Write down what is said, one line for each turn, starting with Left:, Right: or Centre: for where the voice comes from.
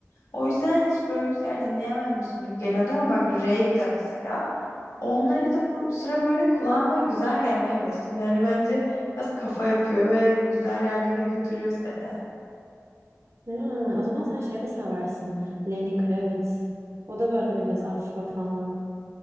Left: O yüzden hani hiç böyle müzikler dinleyememişim gibi geliyordu ama bak rave de mesela. Onları da bu sıra böyle kulağıma güzel gelmeye başladı. Yani bence biraz kafa yapıyor ve güzel yerlere götürüyor seni.
Right: ha, o zaman sen şey de seversin. Lenny Kravitz. O da böyle biraz afro falan.